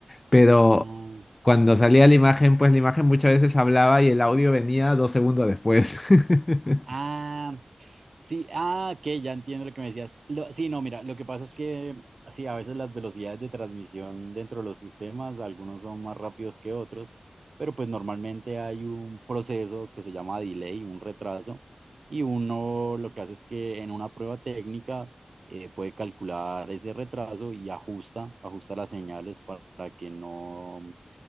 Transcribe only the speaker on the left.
pero
cuando salía la imagen, pues la imagen muchas veces hablaba y el audio venía dos segundos después. <laughs>